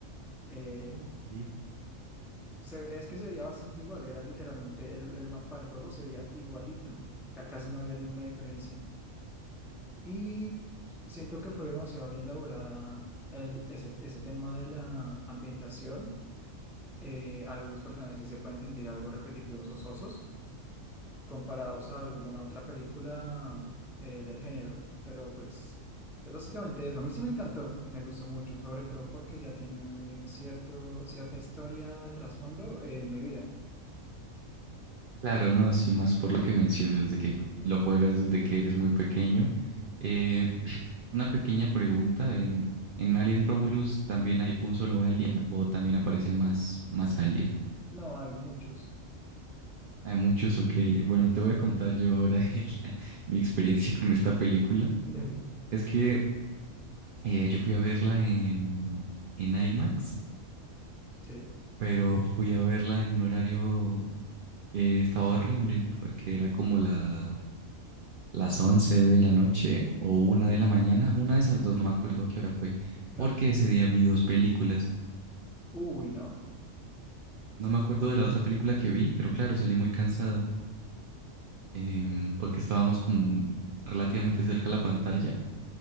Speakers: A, in the centre; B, on the right.
A: Eh,
B: Oh, ok.
A: Se- es que se veía bastante igual, era literalmente el, el mapa del juego se veía igualito, ca- casi no había ninguna diferencia. Y siento que fue demasiado bien elaborada el, ese, ese tema de la ambientación. Eh, algunos personajes sí se pueden sentir algo repetitivos o sosos comparados a alguna otra película eh, del género, pero pues es básicamente eso. A mí sí me encantó, me gustó mucho, sobre todo porque ya tiene cierto, cierta historia de trasfondo en mi vida.
B: Claro, no, sí, más por lo que mencionas de que lo juegas desde que eres muy pequeño. Eh, una pequeña pregunta, ¿en, en Alien Romulus también hay un solo alien o también aparecen más, más alien?
A: No, hay muchos.
B: Hay muchos, ok. Bueno, te voy a contar yo ahora <laughs> el- mi experiencia con esta película.
A: <laughs> Dele.
B: Es que eh, yo fui a verla en, en IMAX,
A: Sí,
B: pero fui a verla en un horario que estaba horrible porque era como la las 11 de la noche o una de la mañana, una de esas dos, no me acuerdo a qué hora fue,
A: claro.
B: porque ese día vi dos películas.
A: Uy, no.
B: No me acuerdo de la otra película que vi, pero claro, salí muy cansado, em, porque estábamos como un- relativamente cerca a la pantalla.